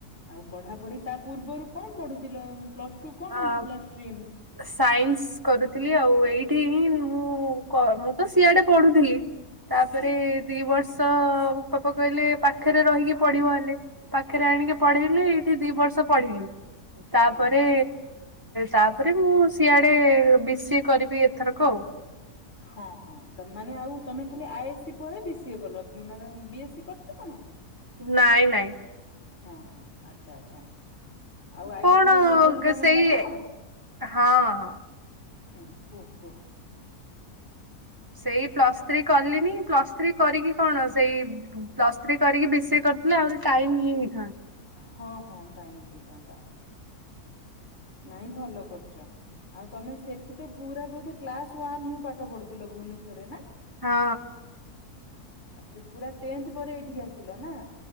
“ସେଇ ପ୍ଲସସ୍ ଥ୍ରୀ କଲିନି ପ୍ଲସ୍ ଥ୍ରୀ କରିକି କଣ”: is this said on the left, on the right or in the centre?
Right